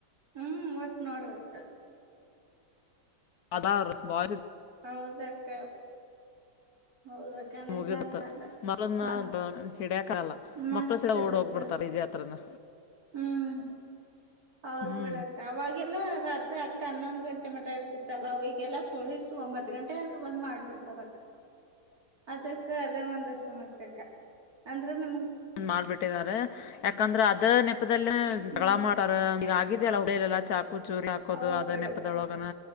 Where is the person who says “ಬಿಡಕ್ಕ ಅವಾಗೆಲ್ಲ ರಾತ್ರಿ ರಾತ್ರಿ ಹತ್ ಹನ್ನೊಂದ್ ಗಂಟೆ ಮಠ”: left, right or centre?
Right